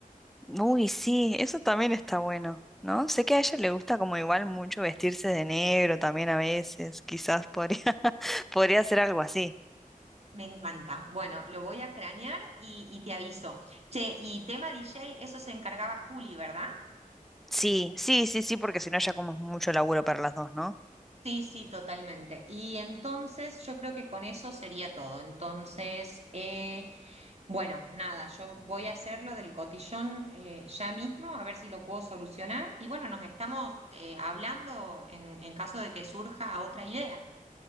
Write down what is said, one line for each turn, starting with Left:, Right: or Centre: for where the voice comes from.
Centre: Uy, sí, eso también está bueno, ¿no? Sé que a ella le gusta como igual mucho vestirse de negro también a veces, quizás podría, <laughs> podría hacer algo así.
Right: Me encanta. Bueno, lo voy a cranear y, y te aviso. Che, y tema DJ, eso se encargaba Juli, ¿verdad?
Centre: Sí, sí, sí, sí, porque si no ya como es mucho laburo para las dos, ¿no?
Right: Sí, sí, totalmente. Y entonces yo creo que con eso sería todo. Entonces, eh. Bueno, nada, yo voy a hacerlo del cotillón eh, ya mismo, a ver si lo puedo solucionar. Y bueno, nos estamos eh, hablando en, en caso de que surja otra idea.